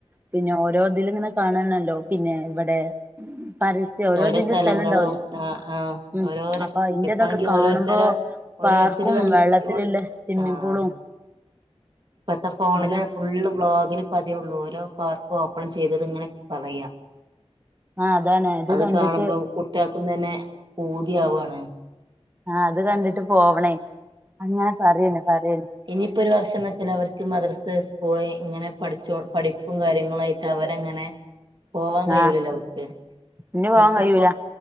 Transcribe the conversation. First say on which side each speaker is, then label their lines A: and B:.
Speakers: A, on the right (about 15°); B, on the right (about 45°).
A: പിന്നെ ഓരോ ഇതില്ങ്ങനെ കാണണല്ലോ പിന്നെ ഇവടെ പ ഓരോതിന്റെ
B: ഓരോ സ്ഥലങ്ങളും
A: സ്ഥലം ഉണ്ടാവലേ
B: ആഹ് ആഹ്
A: ഉം
B: ഓരോരോ
A: അപ്പൊ അയ്ന്റെതൊക്കെ
B: ഇപ്പാണെങ്കി
A: കാണുമ്പോ
B: ഓരോരുത്തരെ ഓരോരുത്തര്
A: പാർക്കും
B: വന്ന്
A: വെള്ളത്തിലില്ലേ സ്വിമ്മിംഗ്
B: ആഹ്
A: പൂളും
B: ഇപ്പത്തെ ഫോണില്
A: അതൊക്കെ
B: ഫുള്ള് വ്ളോഗില് പതെള്ളൂ ഓരോ പാർക്കും ഓപ്പൺ ചെയ്തത് ഇങ്ങനെ പറയാ
A: ആ അതാണ്
B: അത്
A: കണ്ടിട്ട്
B: കാണുമ്പം കുട്ട്യാക്കും തന്നെ പൂതിയാവാണ്
A: ആഹ് അത് കണ്ടിട്ട് പോവണേ അങ്ങനെ പറിന്നെ പറിന്നെ
B: ഇനിയിപ്പൊ ഒരു വർഷം എന്ന് വെച്ചാൽ അവർക്ക് മദ്രസ്ത്തെ സ്കൂള് ഇങ്ങനെ പഠിച്ച പഠിപ്പും കാര്യങ്ങളാ അവരങ്ങനെ പോവാൻ കഴൂലല്ലോ
A: ആ
B: അവർക്ക്
A: ഇനി പോവാൻ
B: ഇപ്പങ്ങോ
A: കഴിയൂല